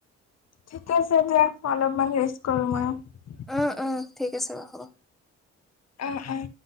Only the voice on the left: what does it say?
ঠিক আছে দিয়া, অলপ অকমান ৰেষ্ট কৰোঁ মই।
আহ অ'।